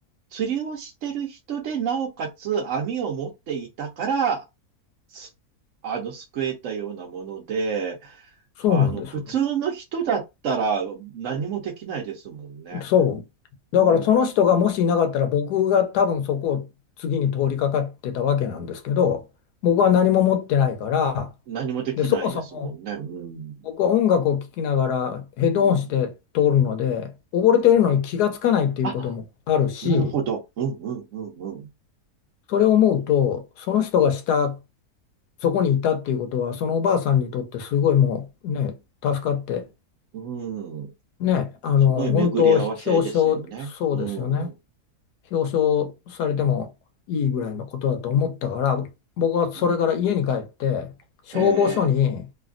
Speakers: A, on the right; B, on the left.
A: 釣りをしてる人で、なおかつ網を持っていたから、すあの、救えたようなもので、
B: そうなんですよ。
A: あの、普通の人だったら何もできないですもんね。
B: そう。
A: うん。
B: だからその人がもしいなかったら僕が多分そこを次に通りかかってたわけなんですけど、僕は何も持ってないから、
A: 何もできないですもんね。
B: で、そもそも
A: うん。
B: 僕は音楽を聴きながらヘッドホンして通るので、
A: うん。
B: 溺れているのに気がつかないっていうこともあるし、
A: うん。あ、なるほど。うん、うん、うん、う
B: それを思うと、その人が下そこにいたっていうことは、そのおばあさんにとってすごいもうね、助かって、
A: ん。うん
B: ね、あの、
A: すごい巡り合わせですよね。
B: 本当表彰、そうですよね。
A: うん。
B: 表彰されてもいいぐらいのことだと思ったから、僕はそれから家に帰って、
A: うん。
B: 消防署に、
A: ええ、